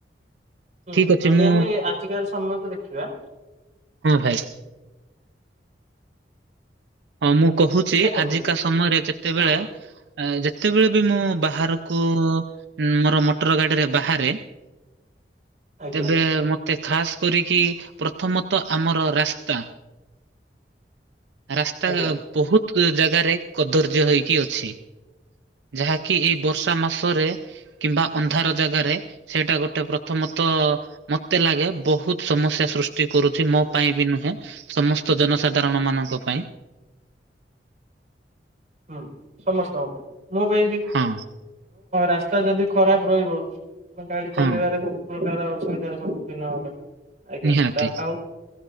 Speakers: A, on the right; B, on the right.
A: ହୁଁ
B: ଠିକ୍ ଅଛି
A: ଯଦି
B: ମୁଁ
A: ଆମେ ଆଜିକାର ସମୟକୁ ଦେଖିବା
B: ହଁ ଭାଇ। ହଁ ମୁଁ କହୁଛି
A: ଦେଖନ୍ତୁ
B: ଆଜିକା ସମୟରେ ଯେତେବେଳେ
A: ହଁ
B: ଯେତେବେଳେ ବି ମୁଁ ବାହାର କୁ ମୋର ମଟର ଗାଡିରେ ବାହାରେ
A: ଆଜ୍ଞା
B: ତେବେ ମତେ ଖାସ୍ କରିକି ପ୍ରଥମତଃ ଆମର ରାସ୍ତା ରାସ୍ତା
A: ଆଜ୍ଞା
B: ବହୁତ ଜାଗାରେ କଦର୍ଯ୍ୟ ହେଇକି ଅଛି। ଯାହାକି ଏଇ ବର୍ଷା ମାସରେ କିମ୍ବା ଅନ୍ଧାର ଜାଗାରେ ସେଇଟା ଗୋଟେ ପ୍ରଥମତ ତ ମତେ ଲାଗେ ବହୁତ ସମସ୍ୟା ସୃଷ୍ଟି କରୁଛି ମୋ ପାଇଁ ବି ନୁହେଁ ସମସ୍ତ ଜନସାଧାରଣ ମାନଙ୍କ ପାଇଁ
A: ହୁଁ ସମସ୍ତଙ୍କ ପାଇଁ ମୋ ପାଇଁ ବି
B: ହଁ
A: ରାସ୍ତା ଯଦି ଖରାପ ରହିବ ଆ ଗାଡି
B: ହଁ
A: ଚଲେଇବାରେ ବହୁତ ପ୍ରକାର ଅସୁବିଧାର ସମ୍ମୁଖୀନ ହବା। ଆଜ୍ଞା
B: ନିହାତି
A: ତା ଆଉ